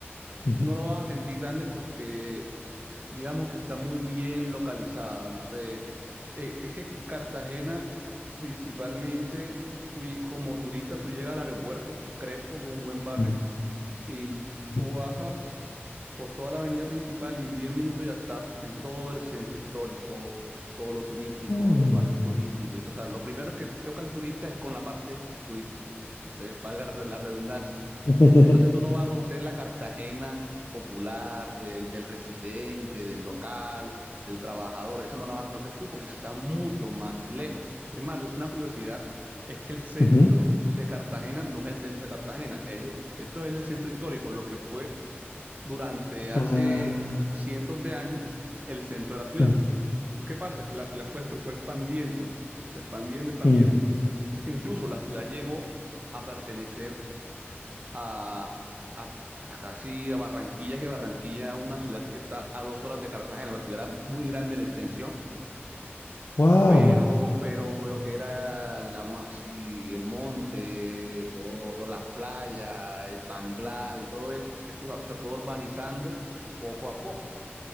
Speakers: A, on the left (about 75°); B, on the right (about 35°).
A: Ujú,
B: no lo vas a sentir grande porque digamos que está muy bien localizada. No sé, eh, es que Cartagena, principalmente, tú lle- como turista, tú llegas al aeropuerto, Crespo, con un buen barrio,
A: ujú,
B: y
A: ujú.
B: tú bajas por toda la avenida principal y en 10 minutos ya estás en todo el centro histórico, todo lo turístico,
A: Mm.
B: los barrios turísticos. Y, todo. o sea, lo primero que choca al turista es con la parte turística. No sé, valga la redundancia.
A: <laughs>
B: Entonces tú no vas a conocer la Cartagena popular, del, del residente, del local, del trabajador. Esa no la vas a conocer tú porque esa está mucho más lejos. Es más, una curiosidad es que el centro
A: Ujú.
B: de Cartagena no es el centro de Cartagena. Es, esto es el centro histórico, lo que fue durante hace
A: Ah,
B: cientos de años el centro de la ciudad.
A: mm,
B: Lo que pasa es que la ciudad fue, se fue expandiendo, expandiendo, expandiendo.
A: mm.
B: Incluso la ciudad llegó a pertenecer a, a- a casi a Barranquilla, que Barranquilla es una ciudad que está a dos horas de Cartagena, la ciudad era muy grande en extensión,
A: Wow.
B: pero, pero lo que era, digamos así, el monte, todo, todas las playas, el Panglar y todo eso, eso se fue urbanizando poco a poco.